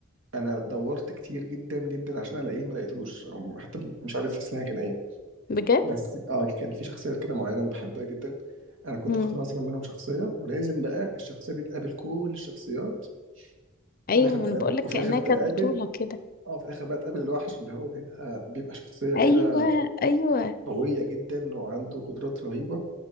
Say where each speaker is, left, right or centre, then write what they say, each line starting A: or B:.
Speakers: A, on the right; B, on the left.
A: انا دورت كتير جدا جدا عشان الاقيه ما لقيتوش او حتى مش عارف اسمها كان ايه
B: بجد
A: بس اه كان في شخصيه كده معينه انا بحبها جدا انا كنت
B: امم
A: بختار مثلا منهم شخصيه ولازم بقى الشخصيه دي تقابل كل الشخصيات وفي
B: ايوه
A: الاخر
B: ما
A: تقابل
B: انا بقولك
A: وفي
B: كأنها
A: الاخر تقابل
B: كانت بطولة كده
A: اه في الاخر بقى تقابل الوحش اللي هو بيبقى بيبقى شخصيه كده
B: ايوه ايوه
A: قوية جدا وعنده قدرات رهيبة